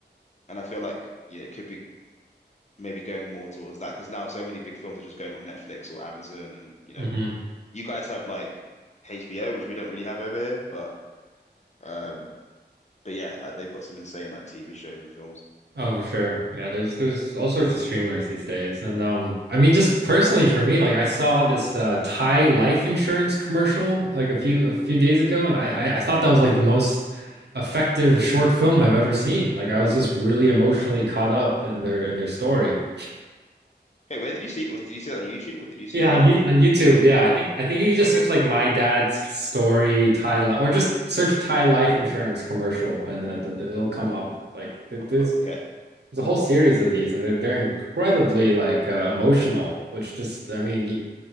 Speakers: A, on the left (about 40°); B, on the right (about 70°).
A: and I feel like yeah, it could be maybe going more towards that because now so many big films are just going on Netflix or Amazon, and you know,
B: Mhm.
A: you guys have like HBO, which we don't really have over here, but um, but yeah, like they've got some insane like TV shows and films.
B: Oh, for sure. Yeah, there's there's all sorts of streamers these days. And um I mean just personally for me, like I saw this uh Thai life insurance commercial like a few a few days ago and I I, I thought that was like the most effective short film I've ever seen. Like I was just really emotionally caught up in their in their story.
A: Hey, where did you see it? Was did you see that on YouTube or did you see
B: Yeah,
A: that
B: on,
A: on?
B: you, on YouTube. Yeah,
A: Oh,
B: I think I think you can
A: cool.
B: just search like my dad's story Thai life or just search Thai life insurance commercial and the, the, the- it'll come up. Like th-
A: Oh,
B: there's
A: cool. Okay.
B: There's a whole series of these, and they're they're incredibly like uh, emotional, which just I mean, y-